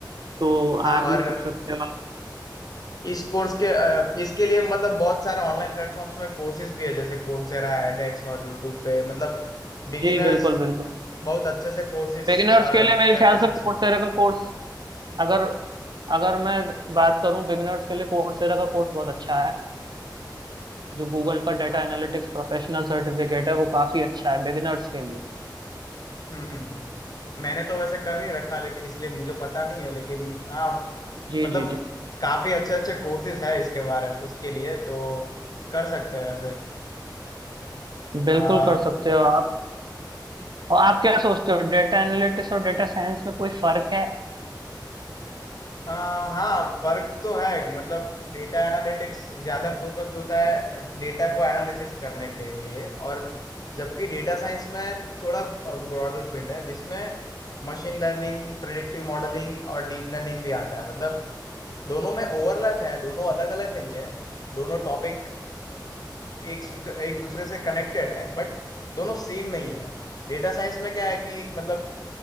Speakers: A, on the right (about 65°); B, on the left (about 55°).
A: तो
B: हाँ
A: आर भी
B: और
A: सीख सकते हो आप
B: इस कोर्स के अ, इसके लिए मतलब बहुत सारे ऑनलाइन प्लेटफॉर्म्स में कोर्सेज भी है जैसे कोर्सेरा एडेक्स और यूट्यूब पे मतलब बिगिनर्स
A: जी बिल्कुल बिल्कुल
B: बहुत अच्छे से कोर्सेज
A: बिगिनर्स
B: करके
A: के लिए मेरे ख्याल से
B: सीख
A: कोर्सेरा
B: सकते
A: का कोर्स अगर अगर मैं बात करूं बिगिनर्स के लिए कोर्सेरा का कोर्स बहुत अच्छा है जो गूगल का डेटा
B: हाँ
A: एनालिटिक्स प्रोफेशनल सर्टिफिकेट है वो काफी अच्छा है बिगिनर्स के लिए
B: हम्म हम्म हम्म। मैंने तो वैसे कर नहीं रखा लेकिन इसलिए मुझे पता नहीं है लेकिन हाँ
A: जी
B: मतलब
A: जी जी
B: काफी अच्छे अच्छे कोर्सेज है इसके बारे उसके लिए तो कर सकते हैं
A: बिल्कुल
B: वैसे
A: कर सकते हो आप और आप क्या सोचते हो डेटा एनालिटिक्स और डेटा साइंस में कोई फर्क है
B: हाँ हाँ फर्क तो है मतलब डेटा एनालिटिक्स ज्यादा फोकस होता है डेटा को एनालिसिस करने के लिए और जबकि डेटा साइंस में थोड़ा ब्रॉडर फील्ड है जिसमें मशीन लर्निंग प्रेडिक्टिव मॉडलिंग और डीप लर्निंग भी आता है मतलब दोनों में ओवरलैप है दोनों अलग अलग नहीं है दोनों टॉपिक एक सूत्र एक दूसरे से कनेक्टेड है बट दोनों सेम नहीं है डेटा साइंस में क्या है कि मतलब